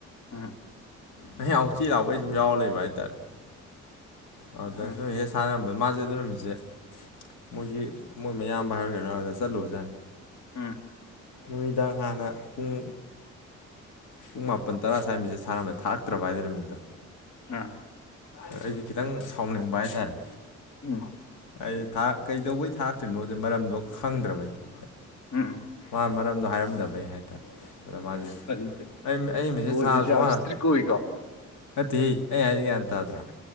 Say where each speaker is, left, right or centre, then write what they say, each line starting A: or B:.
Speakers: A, on the left; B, on the left.
A: ꯎꯝ
B: ꯑꯩꯅ ꯍꯥꯎꯁꯤ ꯂꯥꯎꯕꯩ ꯁꯨꯝ ꯌꯥꯎꯔ ꯂꯩꯕ ꯍꯥꯏꯇꯥꯔꯦ ꯑꯗꯥ
A: ꯎꯝ
B: ꯁꯨ ꯃꯦꯁꯦꯁ ꯊꯥꯔꯛꯑꯝꯕ ꯃꯥꯖꯦ ꯑꯗꯨ ꯅꯨꯃꯤꯠꯁꯦ ꯃꯣꯏꯒꯤ ꯃꯣꯏ ꯃꯌꯥꯝꯕ ꯍꯥꯏꯕ꯭ꯔꯥ ꯀꯩꯅꯣ ꯑꯗꯨꯗ ꯆꯠꯂꯨꯕ ꯖꯥꯠꯅꯤ
A: ꯎꯝ
B: ꯅꯨꯃꯤꯗꯥꯡ ꯍꯥꯟꯅ ꯄꯨꯡ ꯄꯨꯡ ꯃꯥꯄꯟ ꯇꯔꯥ ꯁ꯭ꯋꯥꯏ ꯃꯤꯁꯦꯁ ꯊꯔꯝꯃꯦ ꯊꯥꯔꯛꯇ꯭ꯔꯕ ꯑꯗꯨ ꯅꯨꯃꯤꯠꯇꯣ
A: ꯑꯥ
B: ꯑꯩꯗꯤ ꯈꯤꯇꯪ ꯁꯥꯎꯅꯤꯡꯕ ꯍꯥꯏꯇꯥꯔꯦ
A: ꯎꯝ
B: ꯑꯩꯗꯤ ꯊꯥꯛ ꯀꯩꯗꯧꯕꯩ ꯊꯥꯛꯇ꯭ꯔꯤꯅꯣꯗ ꯃꯔꯝꯗꯣ ꯈꯪꯗ꯭ꯔꯕꯅꯤ
A: ꯎꯝ
B: ꯃꯥ ꯃꯔꯝꯗꯣ ꯍꯥꯏꯔꯝꯗꯕꯩ ꯍꯥꯏꯇꯥꯏ ꯑꯗꯣ ꯃꯥꯖꯦ
A: ꯀꯔꯤꯁꯦ
B: ꯑꯩ ꯑꯩꯝ ꯃꯦꯁꯦ
A: ꯕ꯭ꯔꯣꯁꯤꯁꯨ
B: ꯊꯥ ꯁꯨꯍꯟ
A: ꯌꯥꯝ ꯏꯁꯇ꯭ꯔꯤꯛ ꯑꯣꯏꯀꯣ
B: ꯅꯠꯇꯦꯍꯦ ꯑꯩ ꯍꯥꯏꯖꯦ ꯒꯦꯌꯥꯟ ꯇꯥꯗ꯭ꯔꯥ